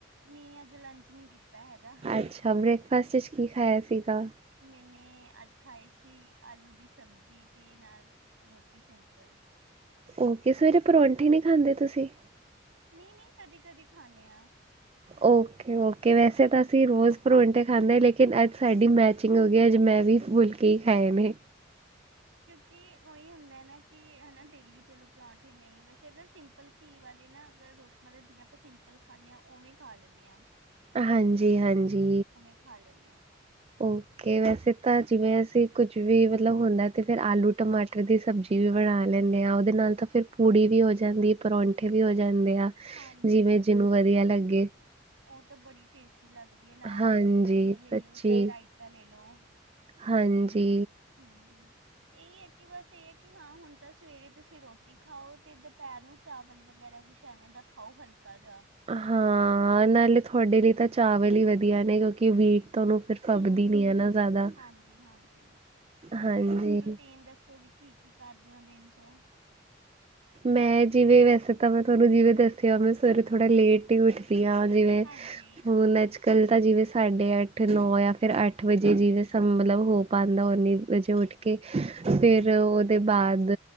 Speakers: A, on the right; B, on the right.
A: ਨੀਂ, ਅੱਜ ਲੰਚ ਨਈਂ ਕੀਤਾ ਹੈਗਾ।
B: ਅੱਛਾ ਮੇ <unintelligible> ਕੀ ਖਾਇਆ ਸੀਗਾ?
A: ਮੈਨੇ, ਅੱਜ ਖਾਏ ਸੀ ਆਲੂ ਦੀ ਸਬਜ਼ੀ ਤੇ ਨਾਲ ਰੋਟੀ ਸਿੰਪਲ।
B: ਓਕੇ ਸਵੇਰੇ ਪਰੌਂਠੀ ਨ੍ਹੀਂ ਖਾਂਦੇ ਤੁਸੀਂ।
A: ਨ੍ਹੀਂ ਨ੍ਹੀਂ, ਕਦੇ-ਕਦੀ ਖਾਂਣੇ ਆਂ।
B: ਓਕੇ ਓਕੇ ਵੈਸੇ ਤਾਂ ਅਸੀਂ ਰੋਜ਼ ਪਰੋਂਂਠੇ ਖਾਂਦੇ ਲੇਕਿਨ ਅੱਜ ਸਾਡੀ ਮੈਚ ਚਿਂਗ ਹੋਗੀ ਅੱਜ ਮੈਂ ਵੀ ਫੁਲਕੇ ਈ ਖਾਏ ਨੇ।
A: ਕਿਉਂਕਿ ਉਹੀ ਹੁੰਦਾ ਨਾ ਕਿ ਹਨਾਂ ਡੇਲੀ ਚਲੋ ਪਰੌਂਠੇ ਨਈਂ ਵੈਸੇ ਅਗਰ ਸਿੰਪਲ ਘੀ ਵਾਲੇ ਨਾ ਅਗਰ ਰੋ ਮਤਲਬ ਜਿਵੇਂ ਆਪਾਂ ਸਿੰਪਲ ਖਾਂਦੇ ਹਾਂ ਉਵੇਂ ਖਾ ਲੈਂਣੇ ਆਂ।
B: ਹਾਂਜੀ ਹਾਂਜੀ,
A: ਖਾ ਲੈਂਦੇ ਹਾਂ
B: ਓ। ਕੇ ਵੈਸੇ ਤਾਂ ਜਿਵੇਂ ਅਸੀਂ ਕੁੱਝ ਵੀ ਮਤਲਬ ਹੁੰਦਾ ਤੇ ਫੇਰ ਆਲੂ ਟਮਾਟਰ ਦੀ ਸਬਜ਼ੀ ਰ ਵੀ ਬਣਾ ਲੈਂਦੇ ਆਾਂ ਉਹਦੇ ਨਾਲ ਤਾਂ ਫਿਰ ਪੂੜੀ ਵੀ ਹੋ ਜਾਂਦੀ, ਪਰੌਂਠੇ ਵੀ ਹੋ ਜਾਂਦੇ ਆ।
A: ਹਾਂਜੀ
B: ਜਿਵੇਂ ਜਿਹਨੂੰ ਵਧੀਆ ਲੱਗੇ।
A: ਉਹ ਤਾਂ ਬੜੀ ਟੇਸਟੀ ਲੱਗਦੀ ਐ, ਨਾਲ
B: ਹਾਂਜੀ
A: ਤੁਸੀਂ ਦਹੀਂ ਲੈ
B: ਸੱਚੀ
A: ਲਓ, ਚਾਹੇ ਰਾਇਤਾ ਲੈ ਲਓ।
B: ਹਾਂਜੀ।
A: ਹਂ। ਇਹੀ ਐ ਕਿ ਬਸ ਇਹ ਐ ਕਿ ਹਾਂ ਹੁਣ ਤਾਂ ਸਵੇਰੇ ਤੁਸੀਂ ਰੋਟੀ ਖਾਓ ਤੇ ਦੁਪਹਿਰ ਨੂੰ ਚਾਵਲ ਵਗੈਰਾ ਕੁਛ ਐਵੇਂ ਦਾ ਖਾਓ ਹਲਕਾ ਜਿਹਾ।
B: ਹਾਂ ਨਾਲੇ ਤੁਹਾਡੇ ਲਈ ਤਾਂ ਚਾਵਲ ਹੀ ਵਧੀਆ ਨੇ ਕਿਉਂਕਿ ਵੀਟ ਤੁਹਾਨੂੰ ਫਿਰ ਫੱਬਦੀ
A: ਹਂ, ਹਂ,
B: ਨੀ ਹੈ ਨਾ ਜ਼ਿਆਦਾ।
A: ਹਾਂਜੀ ਹਾਂਜੀ ਤੁਸੀਂ
B: ਹਾਂਜੀ।
A: ਵੈਸੇ ਰੂਟੀਨ ਦੱਸੋ ਵੀ ਕੀ ਕੀ ਕਰਦੇ ਹੋ ਦਿਨ ਚ
B: ਮੈਂ ਜਿਵੇਂ ਵੈਸੇ ਤਾਂ ਮੈਂ ਤੁਹਾਨੂੰ ਜਿਵੇਂ ਦੱਸਿਆ ਮੈਂ ਸਵੇਰੇ ਥੋੜ੍ਹਾ ਲੇਟ ਟੀ ਉੱਠਦੀ ਆ ਜਿਵੇਂ
A: ਹਾਂਜੀ
B: ਫੋਣ ਨਜ ਗੱਲ ਤਾਂ ਜਿਵੇਂ ਸਾਢੇ ਅੱਠ ਨੌ ਜਾਂ ਫਿਰ ਅੱਠ ਵਜੇ ਜਿਵੇਂ ਸਮ ਮਤਲਬ ਹੋ ਪਾਂਦਾ ਉਨੀ ਵਜੇ ਉੱਠ ਕੇ ਕੇ ਫਿਰ ਉਹਦੇ ਬਾਅਦ